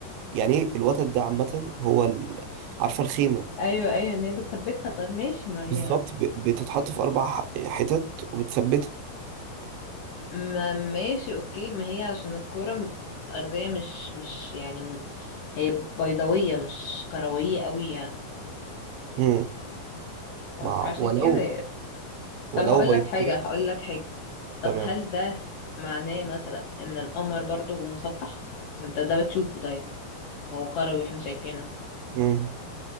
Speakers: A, on the right (about 85°); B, on the left (about 70°).
A: يعني ايه الوتد ده عامه هو ال... عارفه الخيمه
B: ايوه ايوه ان هي بتثبتها طب ماشي ما هي
A: بالظبط ب... بتتحط في اربع ح- حتت وبتثبتها
B: ما ماشي اوكي ما هي عشان الكرة م- الأرضية مش مش يعني م- هي بيضاوية مش كروية قوي يعني
A: امم
B: فممكن
A: مع
B: عشان
A: ولو
B: كده يعني.
A: ولو
B: طب هقول
A: بيضاوي
B: لك حاجة هقول لك حاجة طب
A: تمام
B: هل ده معناه مثلا ان القمر برضو مسطح ما انت ده بتشوفه طيب ما هو كروي واحنا شايفينه
A: امم